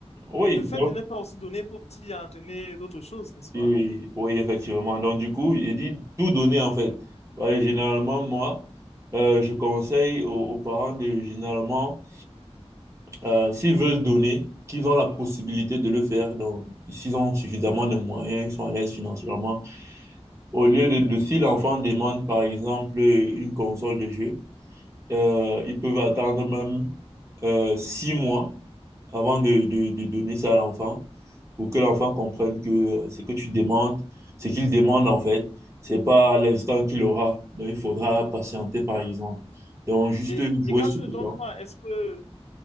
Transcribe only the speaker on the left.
Le fait de ne pas aussi donner pour t'y entraîner d'autres choses, n'est-ce pas?
Et,
et quand
tu ne
donnes
pas, est-ce que,